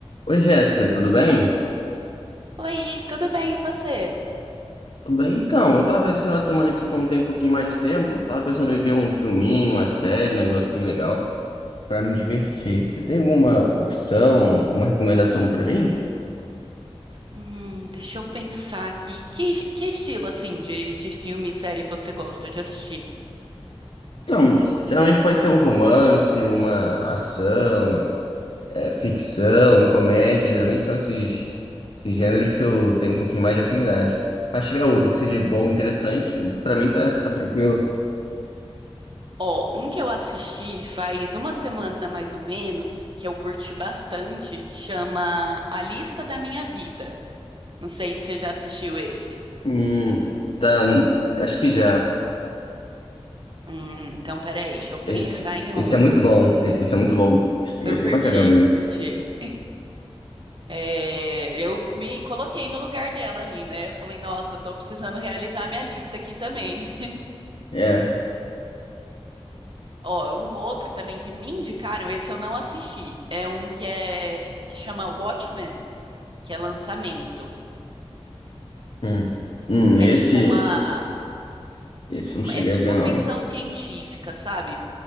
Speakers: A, on the left; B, on the right.
A: Oi, Jéssica, tudo bem?
B: Oi, tudo bem, e você?
A: Tudo bem, então. Eu tava esse final de semana aqui com um tempo, um pouquinho mais de tempo. Tava pensando em ver um filminho, uma série, um negocinho legal pra me divertir. Você tem alguma opção, uma recomendação pra mim?
B: Hum, deixa eu pensar aqui. Que, que estilo, assim, de, de filme e série você gosta de assistir?
A: Então, geralmente pode ser um romance, uma ação, é, ficção, um comédia. Geralmente são esses, esses gêneros que eu tenho um pouquinho mais de afinidade. Mas se tiver outro que seja bom, interessante, pra mim tá, tá tranquilo.
B: Ó, um que eu assisti faz uma semana mais ou menos, que eu curti bastante, chama A Lista da Minha Vida. Não sei se você já assistiu esse.
A: Hum, tá, acho que já.
B: Hum, então peraí, deixa eu pensar
A: Esse,
B: em outro.
A: esse é muito bom. Esse é muito bom. Eu
B: Eu
A: Gostei
B: curti,
A: pra caramba desse.
B: curti. É, eu me coloquei no lugar dela ali, né? Eu falei, nossa, eu tô precisando realizar minha lista aqui também.
A: É.
B: Ó, um outro também que me indicaram, esse eu não assisti. É um que é que chama Watchmen, que é lançamento.
A: Hum. Hum,
B: É
A: esse.
B: tipo uma
A: Esse eu não cheguei
B: é tipo
A: a ver, não.
B: ficção científica, sabe?